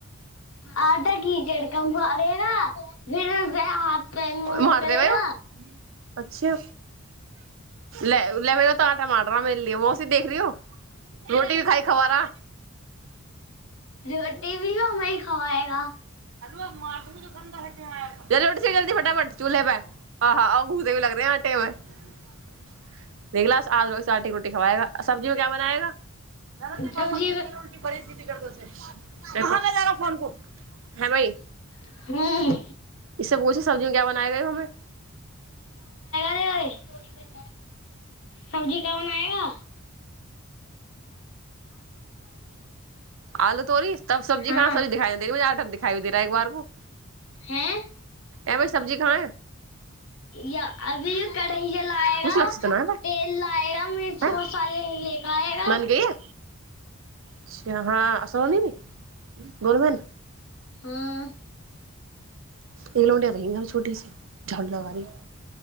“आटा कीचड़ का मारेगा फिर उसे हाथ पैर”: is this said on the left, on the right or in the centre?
Left